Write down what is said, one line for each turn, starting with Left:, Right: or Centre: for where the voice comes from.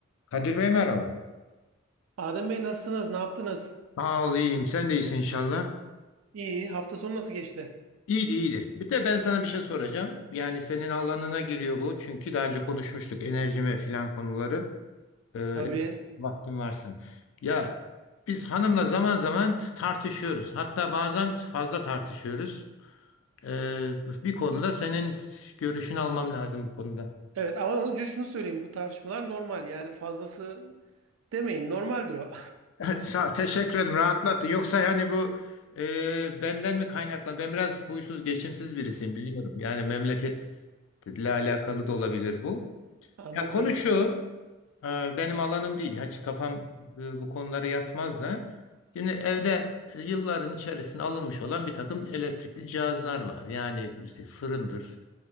Left: Kadir Bey merhaba.
Right: Adem Bey nasılsınız? Ne yaptınız?
Left: Sağ ol, iyiyim. Sen de iyisin inşallah.
Right: İyi. Hafta sonu nasıl geçti?
Left: İyiydi, iyiydi. Bir de ben sana bir şey soracağım. Yani senin alanına giriyor bu. Çünkü daha önce konuşmuştuk enerji ve filan konuları. Ee,
Right: Tabii.
Left: vaktin varsa. Ya biz hanımla zaman zaman t- tartışıyoruz. Hatta bazen t- fazla tartışıyoruz. Ee, bir konuda senin t- görüşünü almam lazım bu konuda.
Right: Evet ama önce şunu söyleyeyim. Bu tartışmalar normal. Yani fazlası demeyin. Normaldir o.
Left: Evet, sağ ol. Teşekkür ederim. Rahatlattın. Yoksa hani bu e, benden mi kaynaklan? Ben biraz huysuz, geçimsiz birisiyim biliyorum. Yani memleketle alakalı da olabilir bu.
Right: <laughs> Anladım.
Left: Ya konu şu, e, benim alanım değil. Hiç kafam e, bu konulara yatmaz da. Şimdi evde e, yılların içerisinde alınmış olan bir takım elektrikli cihazlar var. Yani işte fırındır,